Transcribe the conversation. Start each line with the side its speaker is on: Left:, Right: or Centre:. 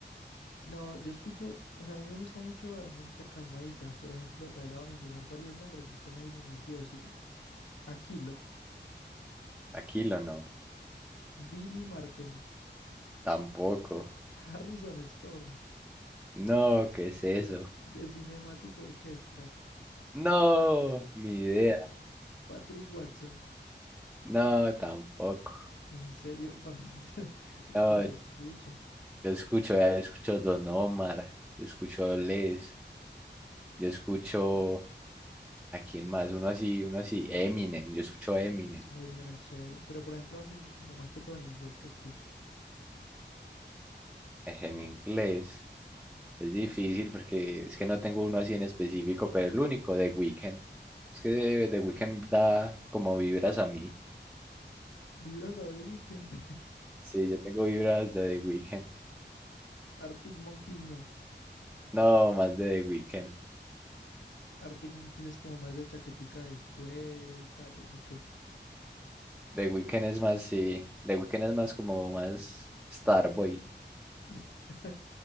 Left: No, yo escucho, o sea, a mí me gusta mucho la música calmadita. Por ejemplo, vea, le voy a mencionar varios nombres y usted me dice si sí o si no. Aquilo,
Centre: Aquilo no,
Left: Billy Martin,
Centre: tampoco.
Left: Harrison Storm,
Centre: No, ¿qué es eso?
Left: The Cinematic Orchestra,
Centre: No, ni idea.
Left: Patrick Watson.
Centre: No, tampoco.
Left: En serio, <laughs> para usted ¿usted
Centre: No,
Left: qué escucha.
Centre: Yo escucho, ya escucho Don Omar, yo escucho Les, yo escucho a quién más, uno así, uno así, Eminem, yo escucho Eminem,
Left: Ay, mira, me es chévere. Pero por ejemplo, así como más que todo en inglés que escucha.
Centre: eh, en inglés. Es difícil porque es que no tengo uno así en específico, pero el único, The Weeknd. Es que The Weeknd da como vibras a mí.
Left: Vibras a The Weeknd. <laughs>
Centre: Sí, yo tengo vibras de The Weeknd.
Left: Arctic Monkeys no.
Centre: No, más de The Weeknd.
Left: Arctic Monkeys es como más de chaquetica de cuero y tales o qué?
Centre: The Weeknd es más, sí, The Weeknd es más como más Starboy.
Left: <laughs> <laughs>